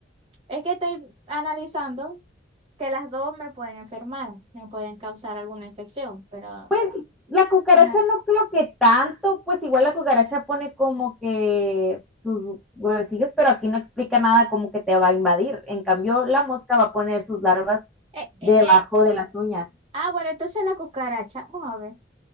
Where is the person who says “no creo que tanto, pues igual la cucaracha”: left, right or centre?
Centre